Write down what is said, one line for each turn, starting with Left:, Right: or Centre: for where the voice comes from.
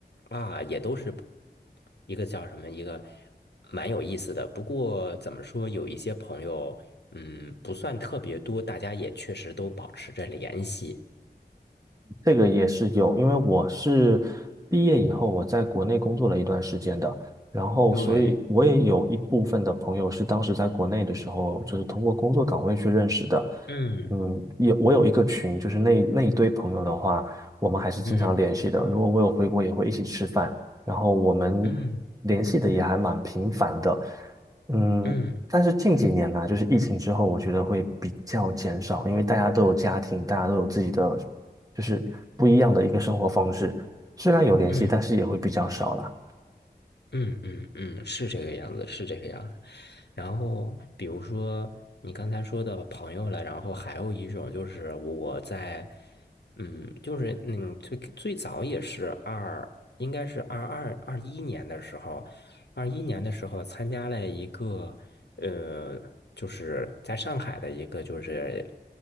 Left: 啊，也都是一个叫什么，一个蛮有意思的。不过怎么说，有一些朋友，嗯，不算特别多，大家也确实都保持着联系。
Right: 这个也是有，因为我是毕业以后我在国内工作了一段时间的，然后所以我也有一部分的朋友是当时在国内的时候，
Left: 对，
Right: 就是通过工作岗位去认识的。
Left: 嗯
Right: 嗯，有我有一个群，就是那那一堆朋友的话，我们还是经常联系的。
Left: 嗯
Right: 如果我有回国，也会一起吃饭，然后我们
Left: 嗯
Right: 联系的也还蛮频繁的。嗯，
Left: 嗯
Right: 但是近几年呢、就是疫情之后，我觉得会比较减少，因为大家都有家庭，大家都有自己的就是不一样的一个生活方式。虽然有联系，
Left: 嗯。
Right: 但是也会比较少啦，
Left: 嗯嗯嗯，是这个样子，是这个样子。然后，比如说你刚才说的朋友了，然后还有一种就是我在，嗯，就是嗯，最最早也是二，应该是二二二一年的时候，二一年的时候参加了一个，呃，就是在上海的一个就是，